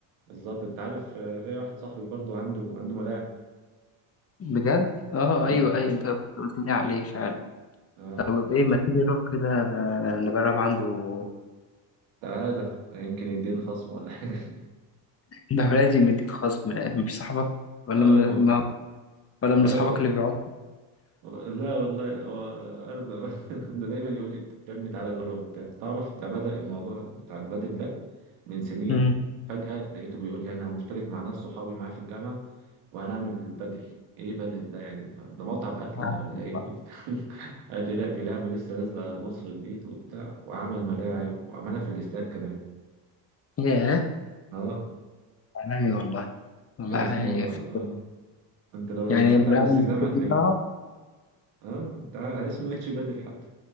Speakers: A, on the right; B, on the left.
A: بالظبط انت عارف آه، ليا واحد صاحبي برضو عنده عنده ملاعب
B: بجد اه
A: اه
B: ايوه ايوه انت كنت قلت لي عليه فعلا
A: اه
B: طب ايه ما تيجي نروح كده نجرب عنده
A: تعالى يمكن يديني خصم ولا حاجه
B: ده هو لازم يديك خصم لأن مش صاحبك ولا
A: <laughs> اه
B: م...
A: مفهوم
B: ما... ولا
A: لا
B: من أصحابك
A: والله
B: اللي بيقعدوا
A: لا والله هو انا ب- <laughs> ده دايما يقول لي يا ابني تعالى جرب وبتاع تعرف ده بدأ الموضوع بتاع البادل ده من سنين
B: امم
A: فجأة لقيته بيقول لي انا مشترك مع ناس صحابي معايا في الجامعة وهنعمل البادل ايه بادل ده يعني ده مطعم اكل
B: معاك
A: ده ولا
B: والله.
A: ايه وبتاع <laughs> قال لي لا دي لعبة لسه نازلة مصر جديد وبتاع وعمل ملاعب وعملها في الاستاد كمان
B: ياه
A: اه
B: عالمي والله والله
A: كان اسمه
B: يف-
A: اه انت لو
B: يعني
A: دخلت
B: الملاعب
A: على الانستجرام
B: اللي في
A: هتلاقيه
B: دي طالعة
A: اه انت عارف- اسمه اتش بادل حتى